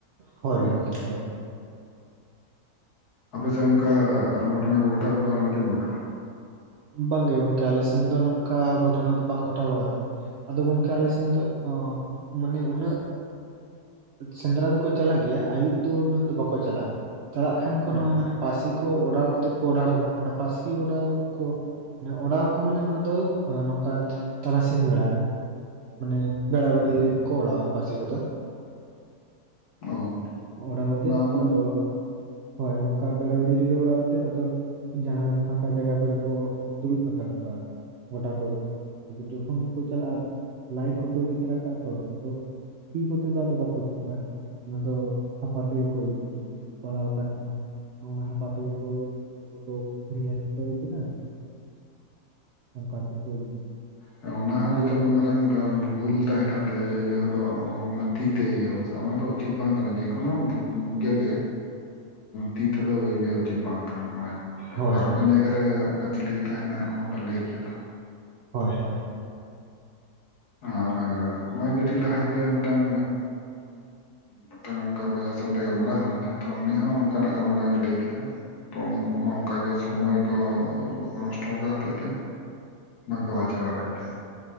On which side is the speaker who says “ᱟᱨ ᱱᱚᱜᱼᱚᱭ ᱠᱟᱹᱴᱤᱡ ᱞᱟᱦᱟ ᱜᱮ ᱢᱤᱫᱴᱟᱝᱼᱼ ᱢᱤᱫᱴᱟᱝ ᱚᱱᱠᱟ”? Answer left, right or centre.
Left